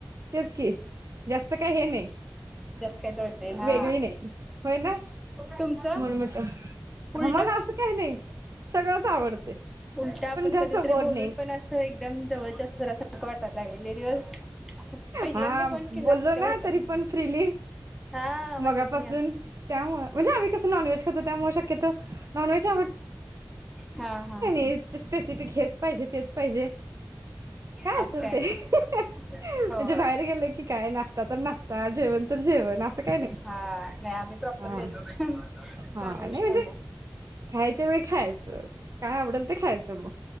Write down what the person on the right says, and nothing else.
तेच की जास्त काही हे नाही
वेगळी नाही होय ना
म्हणून म्हटलं
आम्हाला असं काही नाही सगळंच आवडते
पण जास्त
गोड
नाही
हा
बोललो
ना
तरी
पण फ्रीली
मगापासून
त्यामुळे म्हणजे आम्ही कसं नॉनव्हेज खातो त्यामुळे शक्यतो नॉनव्हेज
ऐ स्पेसिफिक हेच पाहिजे, तेच पाहिजे काय
असेल
ते.
म्हणजे
बाहेर गेलं की काय नाश्ता तर नाश्ता, जेवण तर जेवण असं काय नाही.
हा
हा
नाही म्हणजे
खायच्या वेळी खायचं काय आवडेल ते खायचं मग